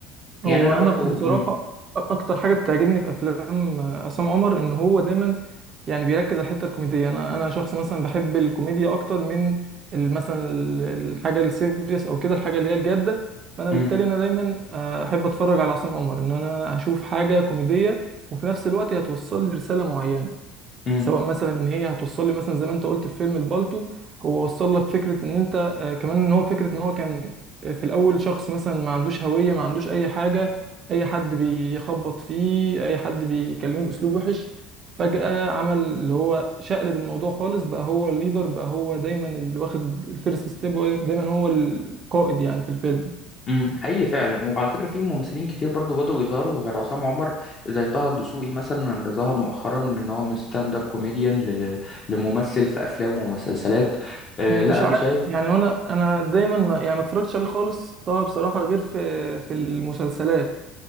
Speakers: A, on the right; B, on the left.
A: هو
B: يعني انا
A: انا
B: برضو
A: بصراحه
B: مم،
A: اكتر حاجه بتعجبني في افلام عصام عمر ان هو دايما يعني بيركز على الحته الكوميديه انا انا شخص مثلا بحب الكوميديا اكتر من ال- مثلا ال- الحاجه السيريس او كده الحاجه اللي هي الجاده فانا
B: مم،
A: بالتالي انا دايما آه، احب اتفرج على عصام عمر ان انا اشوف حاجه كوميديه وفي نفس الوقت هتوصل لي رساله معينه
B: مم،
A: سواء مثلا ان هي هتوصل لي مثلا زي ما انت قلت في فيلم البالتو هو وصل لك فكره ان انت آه، كمان ان هو فكره ان هو كان آه، في الاول شخص مثلا ما عندوش هويه ما عندوش اي حاجه اي حد بيخبط فيه اي حد بيكلمه باسلوب وحش فجاه عمل اللي هو شقلب الموضوع خالص بقى هو الليدر بقى هو دايما اللي واخد الفيرست ستيب دايما هو القائد يعني في الفيلم
B: امم حقيقي فعلا وعلى فكره في ممثلين كتير برضو بدأوا يظهروا غير عصام عمر زي طه الدسوقي مثلا اللي ظهر مؤخرا من إن هو من ستاند اب كوميديان ل... لممثل في افلام ومسلسلات آه
A: مش
B: لا انا
A: عارف
B: شايف
A: يعني انا انا دايما ما يعني ما اتفرجتش عليه خالص طه بصراحه غير في في المسلسلات